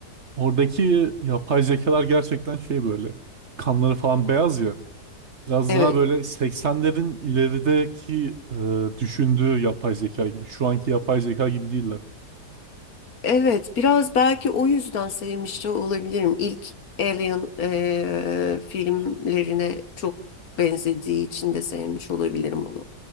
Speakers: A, on the right; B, on the left.
A: Oradaki yapay zekalar gerçekten şey böyle. Kanları falan beyaz ya. Biraz
B: Evet,
A: daha böyle 80'lerin ilerideki e, düşündüğü yapay zeka gibi. Şu anki yapay zeka gibi değiller.
B: evet biraz belki o yüzden sevmiş de olabilirim. İlk Alien e, filmlerine çok benzediği için de sevmiş olabilirim onu